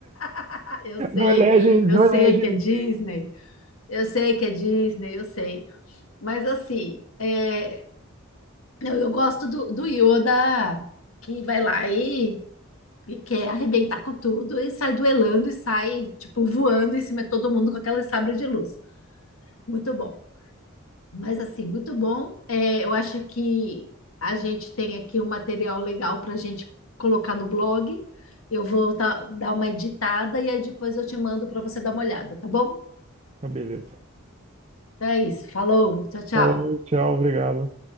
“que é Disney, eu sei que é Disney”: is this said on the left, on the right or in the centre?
Left